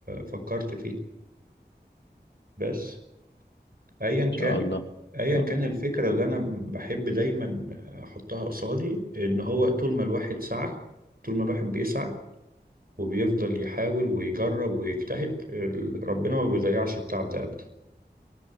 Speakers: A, on the right; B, on the left.
A: فكرت فيها بس ايا
B: إن
A: كان
B: شاء الله إن
A: ايا كان
B: شاء الله
A: الفكرة اللي انا بحب دايما احطها قصادي ان هو طول ما الواحد سعى طول ما الواحد بيسعى وبيفضل يحاول ويجرب ويجتهد ال- ربنا ما بيضيعش التعب ده ابدا